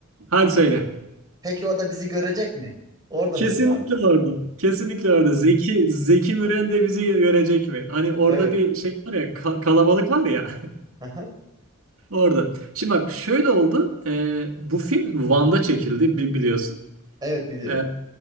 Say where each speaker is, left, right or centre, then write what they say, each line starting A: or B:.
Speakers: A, on the right (about 80°); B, on the right (about 20°).
A: Hadi söyle.
B: Peki o da bizi görecek mi? Orada
A: Kesinlikle
B: mısın abi?
A: orada. Kesinlikle orada. Zeki Zeki Müren de bizi görecek mi? Hani orada
B: Evet.
A: bir şey var ya ka- kalabalık var ya
B: Hı hı.
A: <laughs> orada. Şimdi bak şöyle oldu. Ee, bu film Van'da çekildi bi- biliyorsun.
B: Evet biliyorum.
A: Ee,